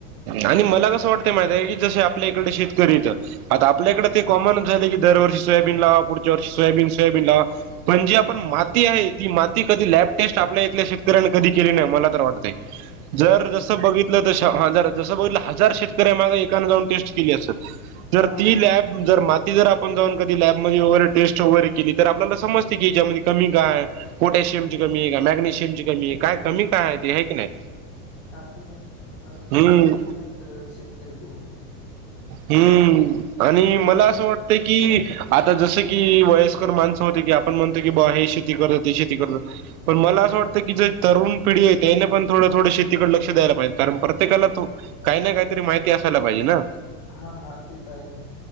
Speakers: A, on the right (about 75°); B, on the left (about 20°).
A: आणि मला कसं वाटतंय माहित की जसे आपल्या इकडे शेतकरीेतं आता आपल्या
B: हां,
A: इकडे ते.. कॉमन झालंय की दरवर्षी सोयाबीन लावा पुढच्या वर्षी सोयाबीन सोयाबीन लावा. पण जी आपण माती आहे ती माती कधी लॅब टेस्ट आपल्या इथल्या शेतकऱ्यांनी कधी केली नाही. मला तर वाटतयं
B: ह
A: जर जसं बघितलं तसं तर हजार जसं बघितलं हजार शेतकर्या मागं एकानें जाऊन टेस्ट केली असल जर
B: हां,
A: ती
B: हां.
A: लॅब
B: ते आहे.
A: जर म जर आपण जाऊन कधी लॅबमध्ये वगैरे टेस्ट वगैरे केली, तर आपल्याला समजते की यांच्यामध्ये कमी काय. पोटॅशियम ची कमी आहे का मॅग्निशियम ची कमी काय कमी काय आहे हे की नाही.
B: हा ते आहे, मग ते
A: हम्म.
B: करत नाहीत शेतकरी तेवढी
A: हम्म आणि
B: शेतकरी
A: मला असं वाटतं की आता जसं की वयस्कर माणसं होते की आपण म्हणतो की बा हे शेती करत ते शेती करत पण मला असं वाटतं की जे तरुण पिढी आहे त्याने पण थोडं, थोडं शेतीकडे लक्ष द्याय पाहिजे कारण प्रत्येकाला तो काहींना काहीतरी माहिती असायला पाहिजे ना
B: हा हा ते तर आहेत ना